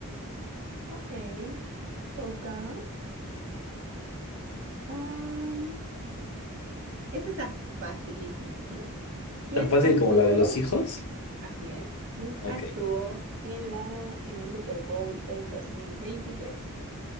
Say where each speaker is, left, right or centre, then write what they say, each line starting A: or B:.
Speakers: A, on the right; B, on the left.
A: Ok, toca. Am, esta está facilísima, ¿no? ¿Quién
B: tan fácil
A: actuó?
B: como la de los hijos.
A: Así es. ¿Quién
B: Ok.
A: actuó en la, en el Super Bowl del 2023?